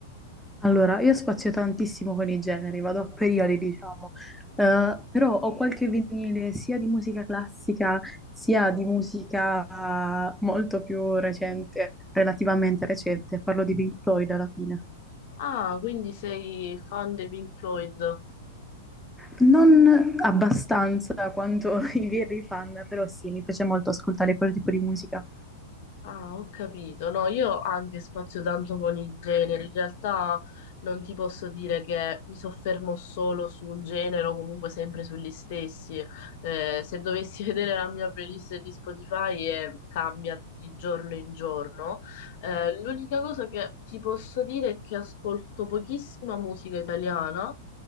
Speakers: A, in the centre; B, on the left.
A: Allora, io spazio tantissimo con i generi, vado a periodi, diciamo, Eh, però ho qualche vinile sia di musica classica sia di musica molto più recente, relativamente recente, parlo di Pink Floyd alla fine.
B: Ah, quindi sei fan dei Pink Floyd?
A: Non abbastanza quanto <laughs> i veri fan, però sì, mi piace molto ascoltare quel tipo di musica.
B: Ah, ho capito. No, io anche spazio tanto con i generi. In realtà non ti posso dire che mi soffermo solo su un genere o comunque sempre sugli stessi. Eh, se dovessi <laughs> vedere la mia playlist di Spotify, eh, cambia di giorno in giorno. Eh, l'unica cosa che ti posso dire è che ascolto pochissima musica italiana,